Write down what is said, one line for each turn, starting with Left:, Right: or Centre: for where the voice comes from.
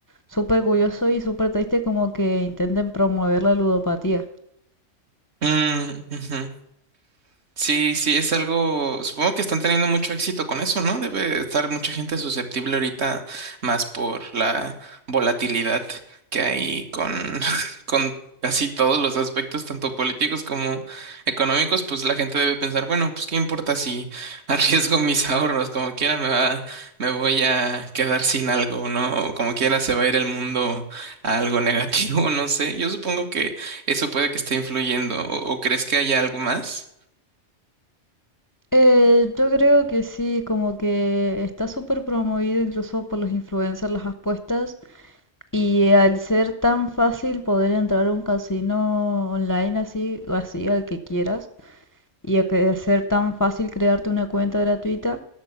Left: súper curioso y súper triste como que intenten promover la ludopatía.
Right: Mm, ujú. Sí, sí, es algo, supongo que están teniendo mucho éxito con eso, ¿no? Debe estar mucha gente susceptible ahorita más por la volatilidad que hay con, <laughs> con casi todos los aspectos, tanto políticos como económicos, pues la gente debe pensar, bueno, pues qué importa si <laughs> arriesgo mis ahorros, como quiera me va, me voy a quedar sin algo, ¿no? O como quiera se va a ir el mundo a algo negativo, <laughs> no sé. Yo supongo que eso puede que esté influyendo, o o crees que haya algo más?
Left: Eh, yo creo que sí, como que está súper promovido incluso por los influencers las apuestas y al ser tan fácil poder entrar a un casino online así, o así al que quieras, y a que hacer tan fácil crearte una cuenta gratuita,